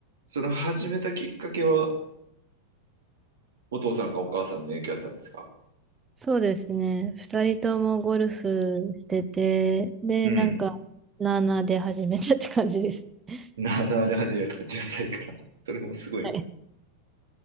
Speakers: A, on the right; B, on the right.
A: その始めたきっかけは、お父さんかお母さんの影響だったんですか
B: そうですね。二人ともゴルフしてて、で、
A: うん。
B: なんか、なあなあで始めたって感じですね。
A: なあなあで始めた、10歳から。それもすごいな。
B: はい。